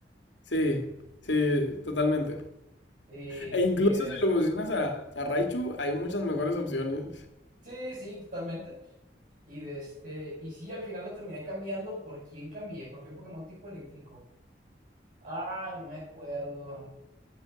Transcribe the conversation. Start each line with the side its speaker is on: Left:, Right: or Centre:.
Left: sí, sí, totalmente.
Right: Y,
Left: E incluso
Right: y de-
Left: si lo evolucionas a, a Raichu, hay muchas mejores opciones.
Right: sí, sí, totalmente. Y de este, y sí, al final lo terminé cambiando. ¿Por quién cambié? ¿Por qué Pokémon tipo eléctrico? Ah, no me acuerdo.